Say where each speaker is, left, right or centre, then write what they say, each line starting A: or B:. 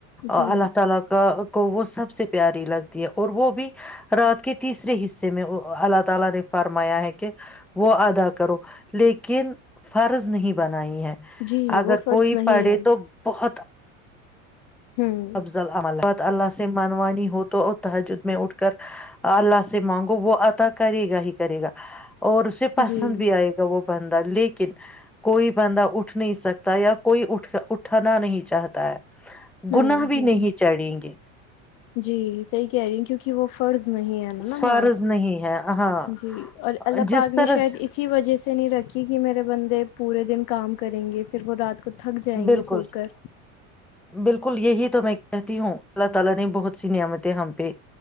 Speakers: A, on the left (about 50°); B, in the centre.
A: جی
B: اللہ تعالی کا تو وہ سب سے پیاری لگتی ہے اور وہ بھی رات کے تیسرے حصے میں اللہ تعالی نے فرمایا ہے کہ وہ ادا کرو لیکن فرض نہیں بن ہی ہے
A: جی
B: اگر
A: وہ فرض
B: کوئی
A: نہیں
B: پڑھے
A: ہے
B: تو بہت
A: ہوں
B: افضل عمل اللہ سے منوانی ہو تو اور تجد میں اٹھ کر اللہ سے مانگو وہ عطا کرے گا ہی کرے گا اور اسے پسند
A: جی
B: بھی آئے گا وہ بنند لیکن کوئی بند اٹھ اٹھ نہیں ستا یا کوئی اٹھ ھ اٹھانا نہیں چاہتا ہے
A: ہوں
B: گناہ بھی
A: ہ
B: نہیں چڑھیں گے
A: جی صحی کہہ رہی ہ کیونکہ وہ فرض نہیں ہے نا
B: فرض
A: نا ماس
B: نہیں ہے ہاں
A: جی اور اللہ
B: جس
A: پاک
B: طرح
A: نے شاید
B: سے
A: اسی وجہ سے نہیں رکھی کہ میرے بندے پورے دن کام کریں گے پھر وہ رات تو تھک جائیں
B: بالکل
A: گے سو کر
B: بالکل یہی تو میں کہتی ہوں اللہ تعالی نے بہت سی نعمتیں ہم پہ